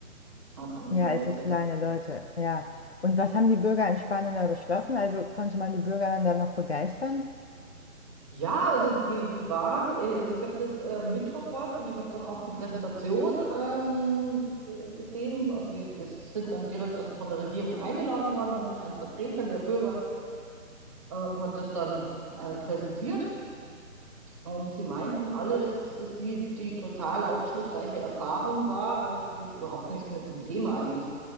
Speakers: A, on the right (about 25°); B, on the left (about 50°).
A: als andere
B: ja,
A: Leute.
B: also kleine Leute, ja. Und was haben die Bürger in Spanien da beschlossen? Also konnte man die Bürger dann da noch begeistern?
A: Ja, also die, die waren, äh, also ich habe das äh, mitverfolgt und ich habe dann auch die Präsentation ähm, äh, gesehen. Also die, das sind dann direkt also von der Regierung eingeladen worden und ein Vertreter der Bürger ähm, hat das dann äh, präsentiert. Und sie meinten alle, dass das für sie die total aufschlussreiche Erfahrung war, weil sie sich überhaupt nicht mit dem Thema eigentlich